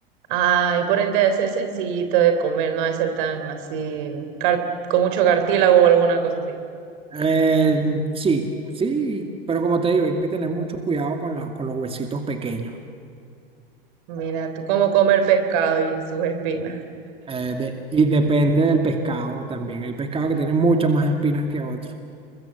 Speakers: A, on the right; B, on the right.
A: Ay, por ende debe ser sencillito de comer, no debe ser tan así, car- con mucho cartílago o alguna cosa así.
B: Eh, sí, sí, pero como te digo, hay que tener mucho cuidado con, la- con los huesitos pequeños.
A: Mira, tú cómo comer pescado y sus espinas.
B: Eh, de- y depende del pescado también. Hay pescados que tienen muchas más espinas que otros.